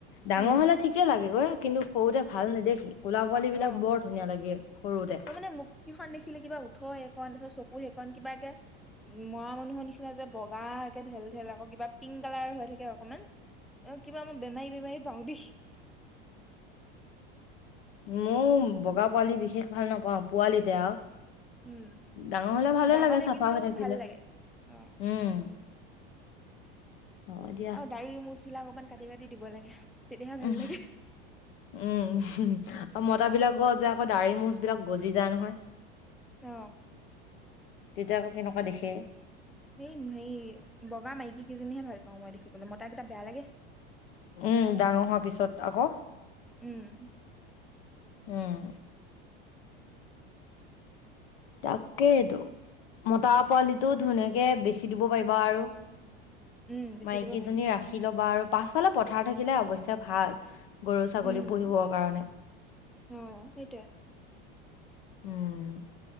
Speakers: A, on the left (about 70°); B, in the centre.
A: ডাঙৰ
B: উম
A: হলে ঠিকে লাগেগৈ, কিন্তু সৰুতে ভাল নেদেখি ক'লা পোৱালী বিলাক
B: অ,
A: বৰ ধুনীয়া লাগে সৰুতে
B: মই মানে, মুক্তিখন দেখিলে কিবা উঠয়ত চ সেইখন কিবাকে উম, মৰা মানুহৰ নিচিনা যে বগা একেঢেল ঢেলকৌ কিবা পিংক কালাৰ হৈ থাকে। অকণমান। অ, কিবা আমাৰ বেমাৰী, বেমাৰী। পওঁ দি।
A: ময়ও বগা পোৱালি বিশেষ ভাল নাপাওঁ পোৱালিতে আৰু।
B: উম,
A: ডাঙৰ হ'লে ভালে
B: ডাঙৰ
A: লাগে
B: হলে
A: চাফা
B: কিন্তু
A: হৈ থাকিলে।
B: ভাল লাগে, অ।
A: উম। হ'ব দিয়া।
B: অ, দাৰী মোচ। তিল অকমান কাটি, কাটি দিব লাগে। তেতিয়াহে ভাল
A: উম,
B: লাগে
A: উম, উ। আৰু মতা বিলাকৰ যে আকৌ দা়ৰি মচ বিলাক গজি যায় নহয়।
B: অ,
A: তেতিয়া আকৌ কেনেকুৱা দেখে।
B: এই, হে বগা মাইকী কেইজনীহে ভাল। মই দেখিবলৈ মইতা কেইটা বেয়া লাগে।
A: উম, ডাঙৰ হোৱাৰ পিছত আকৌ।
B: উম।
A: উম। তাকেইটো। মতৰ পোৱালিটো ধুনীয়াকে বেছি দিব পাৰিবা আৰু
B: উম বেছি
A: মাইকীজনী
B: দিব পাৰিম
A: ৰাখি ল'বা আৰু। পাছফালে পথাৰ থাকিলে অৱশ্যে ভাল। গৰু-ছাগলী
B: উম
A: পুহিবৰ কাৰণে,
B: অ সেইটোয়ে
A: উম।